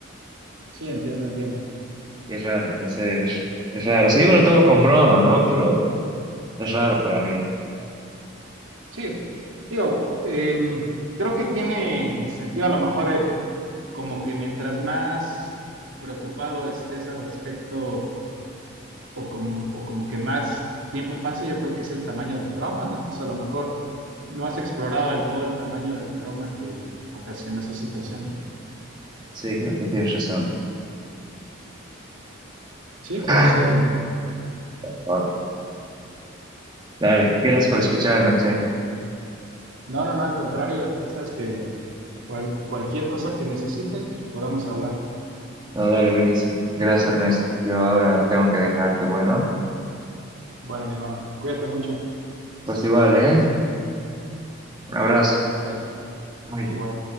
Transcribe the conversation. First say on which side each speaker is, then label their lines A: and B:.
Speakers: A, on the right; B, on the right.
A: sí, entiendo, entiendo.
B: Y es raro, no sé, es, es raro. O sea, yo me lo tomo con broma, ¿no? Pero es raro para mí.
A: Sí, digo, em, creo que tiene sentido a lo mejor el, como que mientras más preocupado estés al respecto o como, o como que más tiempo pase, yo creo que es el tamaño del trauma, ¿no? Entonces a lo mejor no has explorado del todo el tamaño del trauma que ocasiona esa situación, ¿no?
B: Sí, creo que tienes razón.
A: Sí, puede
B: Ah,
A: ser. y-
B: papá. Dale, gracias
A: sí,
B: por escucharme, che.
A: no, no, no, al contrario. ya Sabes que cual- cualquier cosa que necesites, pues podemos hablar.
B: No, dale, buenísimo. Gracias, Ernesto. Yo ahora tengo que dejarte, bueno.
A: Bueno, mi hermano, cuídate mucho.
B: Pues igual, ¿eh? Un
A: Vale,
B: abrazo.
A: bye.
B: Bye.
A: Igual.